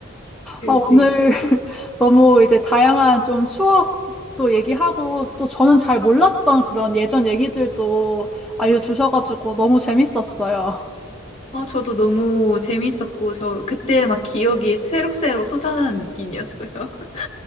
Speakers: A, on the left (about 30°); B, in the centre.
A: 그,
B: 아,
A: 네.
B: 오늘 <laughs> 너무 이제 다양한 좀 추억도 얘기하고 또 저는 잘 몰랐던 그런 예전 얘기들도 알려주셔가지고 너무 재밌었어요.
A: 아, 저도 너무 재밌었고, 저 그때 막 기억이 새록새록 쏟아나는 느낌이었어요. <laughs>